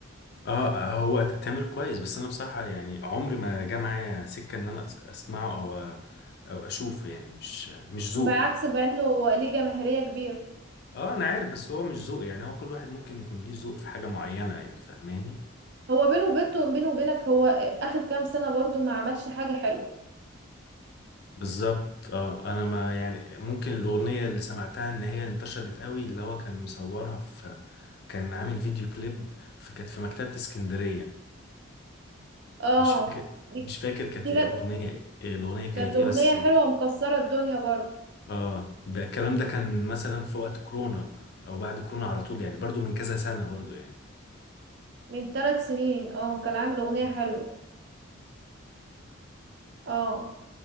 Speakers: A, on the left; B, on the right.
A: اه هو تامر كويس بس انا بصراحه يعني عمري ما جه معايا سكه ان انا أس- اسمعه او أ- او اشوفه يعني مش مش ذوقي
B: بعكس بقى انه ليه جماهيرية كبيرة
A: اه انا عارف بس هو مش ذوقي يعني هو كل واحد ممكن يكون ليه ذوق في حاجة معينة يعني فاهماني
B: هو بينه وبينه بينه وبينك هو اخر كام سنة برضو ما عملش حاجة حلوة
A: بالظبط اه انا ما يعني ممكن الاغنية اللي سمعتها ان هي انتشرت قوي اللي هو كان مصورها في كان عامل فيديو كليب في كانت في مكتبة اسكندرية
B: اه
A: مش فاكر
B: دي
A: مش فاكر كانت
B: دي
A: الاغنية
B: كانت
A: إيه- الاغنية كانت
B: كانت اغنية
A: ايه بس
B: حلوة ومكسرة الدنيا برضو
A: اه بقى الكلام ده كان مثلا في وقت كورونا او بعد كورونا على طول يعني برضو من كذا سنة برضو يعني
B: من ثلاث سنين اه كان عامل اغنية
A: مم.
B: حلوة اه